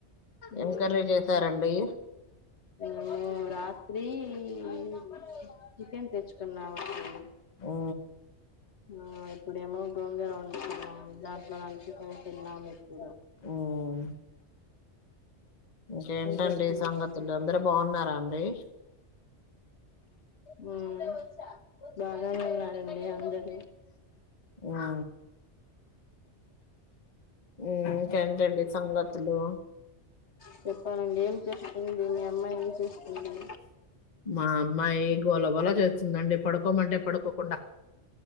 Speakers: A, on the left; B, on the left.
A: ఏం
B: హ
A: కర్రీ చేసారండి
B: హ రాత్రి హ చికెన్ తెచ్చుకున్నా అడు
A: ఓ
B: ఆ ఇప్పుడేమో గోంగూర వండుతన్నాము దాంట్లో నుంచి కూడా తిన్నాము ఇద
A: ఉమ్ ఇంకేంటండి
B: చేస్తున్నారు
A: సంగతులు అందరు బాగున్నారా అండి
B: హ భగనివునరాండి అందరు
A: ఆ హ ఇంకేంటండి సంగతులు
B: చేప్పలండి ఏం చేస్తుంది నీ అమ్మాయి ఏం చేస్తుంది
A: మా అమ్మాయి ఏ గోళ బాల చేస్తుందండి పడుకోమంటే పడుకోకుండా